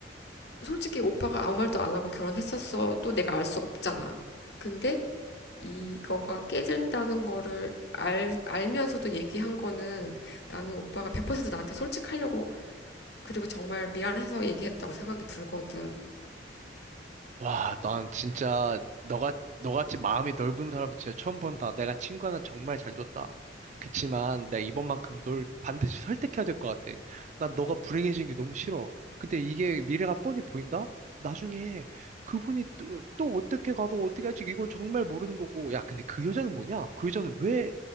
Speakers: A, on the left; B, on the right.
A: 솔직히 오빠가 아무 말도 안 하고 결혼했었어도 내가 알 수 없잖아. 근데 이거가 깨진다는 거를 알, 알면서도 얘기한 거는 나는 오빠가 100% 나한테 솔직하려고 그리고 정말 미안해서 얘기했다고 생각이 들거든.
B: 와, 난 진짜 너가 너같이 마음이 넓은 사람은 진짜 처음 본다. 내가 친구 하나 정말 잘 뒀다. 그치만 내가 이번만큼은 널 반드시 설득해야 될 것 같아. 난 너가 불행해지는 게 너무 싫어. 근데 이게 미래가 뻔히 보인다? 나중에 그분이 또, 또 어떻게 가서 어떻게 할지 이건 정말 모르는 거고. 야, 근데 그 여자는 뭐냐? 그 여자는 왜